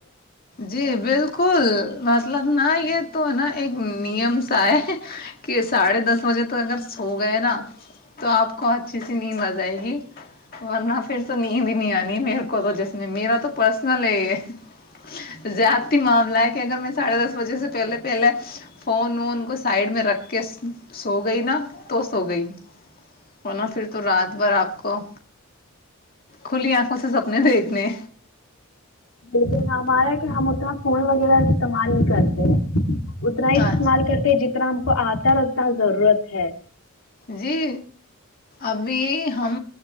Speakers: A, on the left (about 40°); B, on the left (about 75°).
A: جی بالکل <unintelligible> مطلب نا یہ تو نا ایک نیم سا ہے کہ ساڑھے دس بجے تو اگر سو گئے نا تو آپ کو اچھی سی نیند آ جائے گی ورنہ پھر تو نیند ہی نہیں آنی میرے کو تو جس نے میرا تو پرسنلے <unintelligible> زیادتی معاملہ ہے کہ اگر میں ساڑھے دس بجے سے پہلے پہلے فون وون کو سائڈ میں رکھ کے سو گئی نا تو سو گئی اور ن پھر تو رات بھر آپ کو کھلی آنکھوں سے سپنے دیکھنے
B: لیکن ہمارا کہ ہم اتنا فون وغیرہ استعمال نہیں کرتے ہیں اتنا ہی استعمال
A: آج
B: کرتے ج ار ہم کو آتا رہنا ضرورت ہے
A: جی ابھی ہم